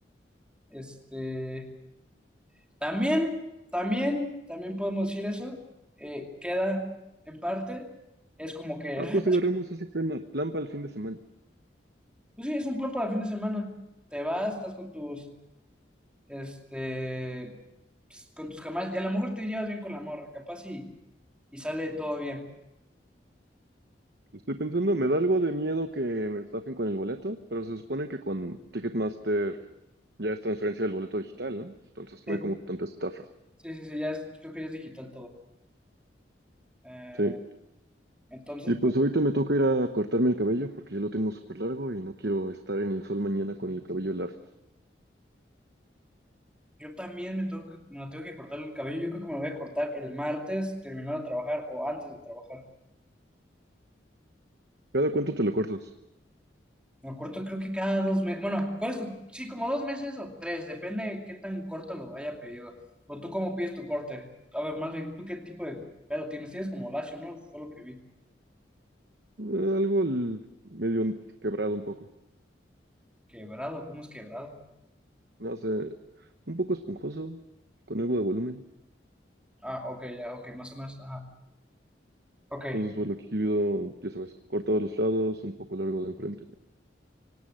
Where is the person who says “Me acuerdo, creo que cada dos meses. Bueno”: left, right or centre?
Centre